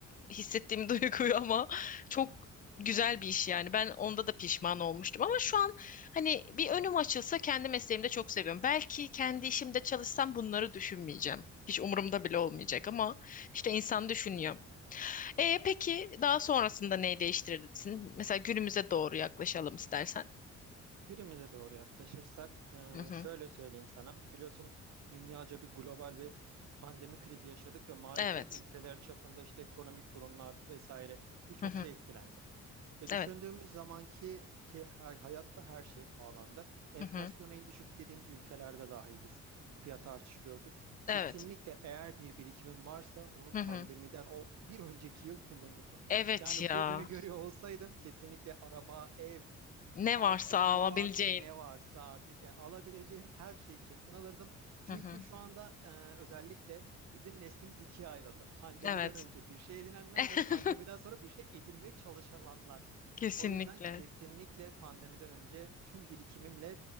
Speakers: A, on the left; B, on the right.
A: e, hissettiğim <laughs> duyguyu ama çok güzel bir iş yani. Ben onda da pişman olmuştum ama şu an hani bir önüm açılsa kendi mesleğimde çok seviyorum. Belki kendi işimde çalışsam bunları düşünmeyeceğim. Hiç umurumda bile olmayacak ama işte insan düşünüyor. E peki daha sonrasında neyi değiştirirsin? Mesela günümüze doğru yaklaşalım istersen.
B: Günümüze doğru yaklaşırsak, e,
A: Hı hı.
B: şöyle söyleyeyim sana. Biliyorsun dünyaca bir global bir pandemi krizi yaşadık ve maalesef
A: Evet.
B: ülkeler çapında işte ekonomik durumlar vesaire birçok
A: Hı hı.
B: şey etkilendi. E, düşündüğümüz
A: Evet.
B: zaman ki ki her- hayatta her şey pahalandı. Enflasyona
A: Hı hı.
B: en düşük dediğimiz ülkelerde dahi biz fiyat artışı gördük. Kesinlikle
A: Evet.
B: eğer bir birikimim varsa onu
A: Hı
B: pandemiden
A: hı.
B: o bir önceki yıl kullanırdım.
A: Evet
B: Yani
A: ya.
B: bugünü görüyor olsaydım kesinlikle araba, ev
A: Ne
B: altın,
A: varsa alabileceğin.
B: dolar ne varsa artık yani alabileceğim her şeyi kesin alırdım. Çünkü
A: Hı hı.
B: şu anda e, özellikle bizim neslimiz ikiye ayrıldı. Pandemiden
A: Evet.
B: önce bir şey edinenler
A: <laughs>
B: ve pandemiden sonra bir şey edinmeye çalışanlar.
A: Kesinlikle.
B: O yüzden kesinlikle pandemiden önce tüm birikimimle